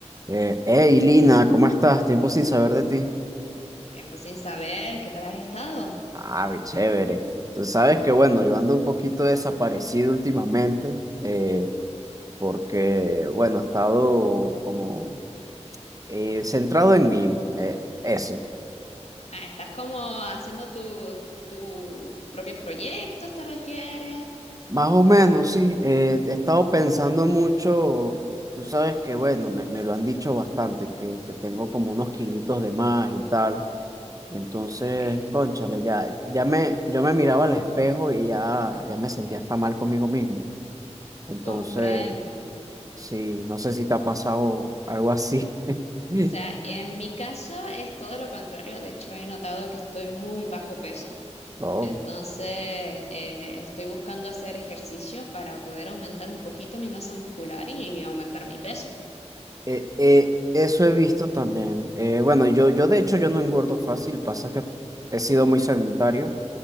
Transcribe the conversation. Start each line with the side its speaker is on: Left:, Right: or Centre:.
Right: Eh, hey, Lina, ¿cómo estás? Tiempo sin saber de ti.
Left: Tiempo sin saber, ¿qué tal has estado?
Right: Ah, qué chévere. Tú sabes que, bueno, yo ando un poquito desaparecido últimamente, eh, porque, bueno, he estado como eh, centrado en mí, eh, eso.
Left: Ah, ¿estás como haciendo tu- tus propios proyectos, te refieres?
Right: Más o menos, sí. eh, he estado pensando mucho, tú sabes que, bueno, me, me lo han dicho bastante, que, que tengo como unos kilitos de más y tal. Y entonces,
Left: Ok,
Right: cónchale, ya, ya me, yo me miraba al espejo y ya, ya me sentía hasta mal conmigo mismo. Entonces,
Left: comprendo.
Right: sí, no sé si te ha pasado algo así. <laughs>
Left: O sea, en mi caso es todo lo contrario. De hecho, he notado que estoy muy bajo peso.
Right: No.
Left: Entonces, eh, estoy buscando hacer ejercicio para poder aumentar un poquito mi masa muscular y, y aumentar mi peso.
Right: Eh, eh, eso he visto también. Eh, bueno, yo, yo de hecho yo no engordo fácil, pasa que he sido muy sedentario,